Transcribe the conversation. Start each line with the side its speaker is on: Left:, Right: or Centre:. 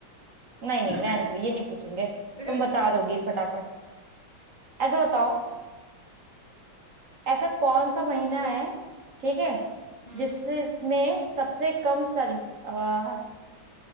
Right: नहीं नहीं
Left: <laughs>
Right: रहने दो ये नहीं पूछेंगे
Left: हम्म
Right: तुम बता दोगी फटाफट ऐसा बताओ ऐसा कौन सा महीना है ठीक है
Left: हम्म
Right: जिससे इसमें सबसे कम सर्व अ,